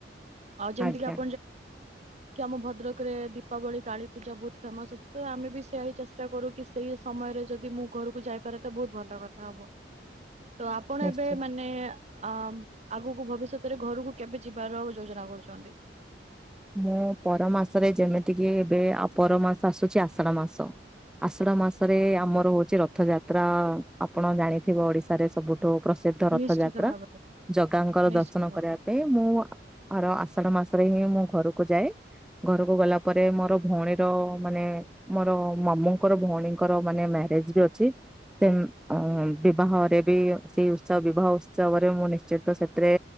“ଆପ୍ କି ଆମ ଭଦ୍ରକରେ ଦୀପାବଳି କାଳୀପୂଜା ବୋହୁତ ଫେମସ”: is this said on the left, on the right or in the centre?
Right